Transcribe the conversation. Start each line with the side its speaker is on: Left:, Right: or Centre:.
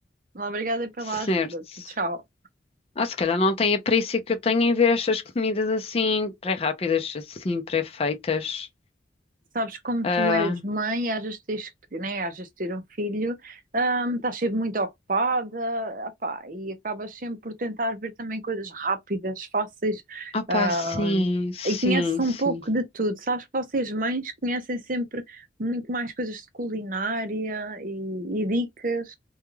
Right: Obrigada pela
Left: Certo.
Right: ajuda. Tchau.
Left: Ah, se calhar não tem a perícia que eu tenho em ver estas comidas assim, pré-rápidas, assim, pré-feitas.
Right: sabes como
Left: Ah,
Right: tu és mãe, às vezes tens que, né, às vezes ter um filho, hum, estás sempre muito ocupada, apá, e acabas sempre por tentar ver também coisas rápidas, fáceis,
Left: opá,
Right: hum,
Left: sim, sim,
Right: e conheces um
Left: sim.
Right: pouco de tudo. Sabes que vocês mães conhecem sempre muito mais coisas de culinária e, e dicas.